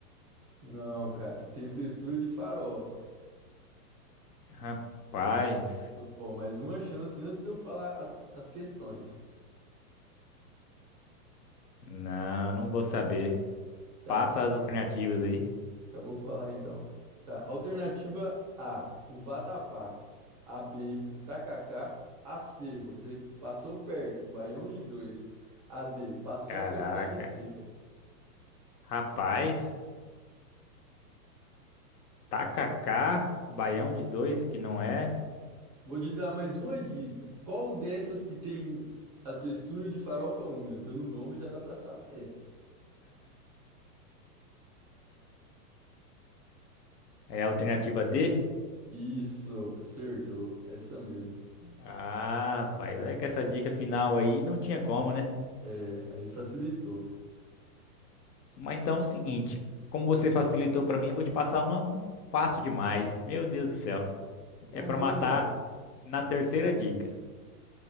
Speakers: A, on the right (about 30°); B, on the left (about 85°).
A: Não, cara, tenho textura de farofa.
B: rapaz.
A: Ó, mais uma chance antes de eu falar as, as questões.
B: Não, não vou saber.
A: Tá,
B: Passa as alternativas aí.
A: eu vou falar então. Tá, alternativa A, o vatapá. A B, o tacacá. A C, você passou perto, baião de dois. A D, paçoca
B: Caraca.
A: de carne seca.
B: Rapaz. Tacacá, baião de dois, que não é.
A: Vou te dar mais uma dica. Qual dessas que tem a textura de farofa úmida? Pelo nome já dá pra saber.
B: É a alternativa D?
A: Isso, acertou. Essa mesmo.
B: Ah, rapaz. É que essa dica final aí não tinha como, né?
A: É, aí facilitou.
B: Mas então é o seguinte. Como você facilitou pra mim, eu vou te passar uma fácil demais. Meu Deus do céu.
A: Então
B: É pra
A: vamos
B: matar
A: lá.
B: na terceira dica.